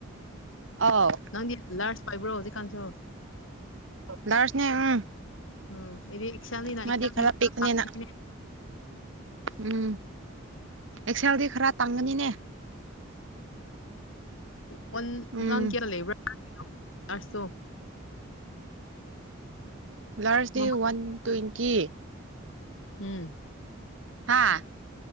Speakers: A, on the right; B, on the left.
A: ꯑꯥꯎ
B: ꯅꯪꯒꯤ ꯂꯥꯔꯖ ꯄꯥꯥꯏꯕ꯭ꯔꯣ ꯍꯧꯖꯤꯛꯀꯥꯟꯁꯨ
A: ꯗꯔꯁꯅꯦ ꯎꯝ
B: ꯑꯣ ꯑꯩꯗꯤ ꯑꯦꯛꯁꯦꯜꯅꯤꯅ
A: ꯃꯥꯗꯤ
B: <inaudible>
A: ꯈꯔ ꯄꯤꯛꯄꯅꯤꯅ ꯎꯝ ꯑꯦꯛꯁꯦꯜꯗꯤ ꯈꯔ ꯇꯥꯡꯒꯅꯤꯅꯦ
B: ꯍꯣꯏꯟꯟ
A: ꯎꯝ
B: ꯅꯪ ꯀꯦꯔ ꯂꯩꯦ ꯏꯣ <unintelligible>
A: ꯂꯥꯔꯖꯇꯤ
B: <inaudible>
A: ꯋꯥꯟ ꯇ꯭ꯋꯦꯟꯇꯤ
B: ꯎꯝ
A: ꯍꯥꯥ